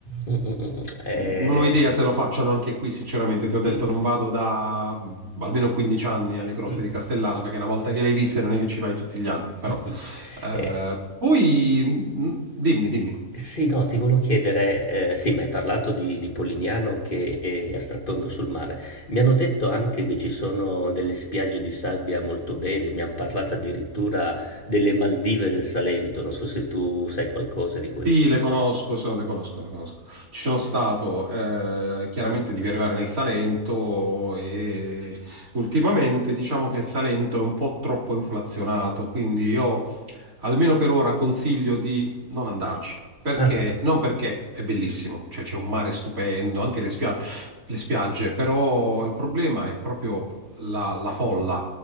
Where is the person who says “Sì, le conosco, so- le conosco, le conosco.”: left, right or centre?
Right